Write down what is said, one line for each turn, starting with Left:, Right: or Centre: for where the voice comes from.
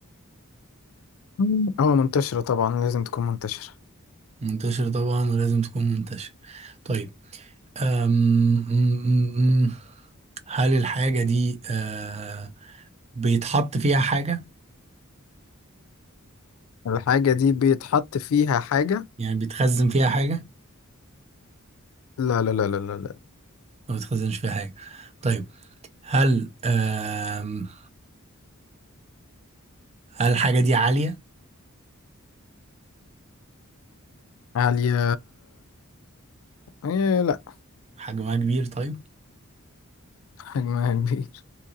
Left: مم. اه منتشرة طبعا لازم تكون منتشرة
Right: منتشرة طبعا ولازم تكون منتشرة طيب آم، م- م- م- هل الحاجة دي آه، بيتحط فيها حاجة؟
Left: الحاجة دي بيتحط فيها حاجة
Right: يعني بيتخزن فيها حاجة
Left: لا لا لا لا لا لا
Right: ما بيتخزنش فيها حاجة طيب هل آم هل الحاجة دي عالية
Left: عالية إيه لا
Right: حجمها كبير طيب
Left: حجمها كبير